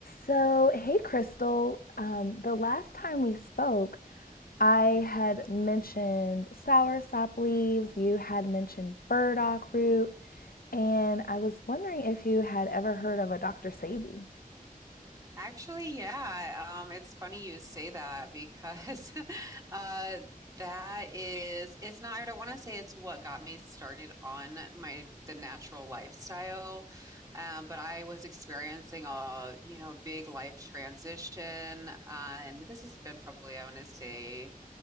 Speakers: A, on the left; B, on the right.
A: So, hey, Crystal. Um, the last time we spoke, I had mentioned sour sop leaves, you had mentioned burdock root, and I was wondering if you had ever heard of a Dr. Sabi.
B: Actually, yeah. Um, it's funny you say that because <laughs> uh, that is, it's not, I don't want to say it's what got me started on my the natural lifestyle. Um, but I was experiencing a, you know, big life transition. Um, this has been probably, I want to say,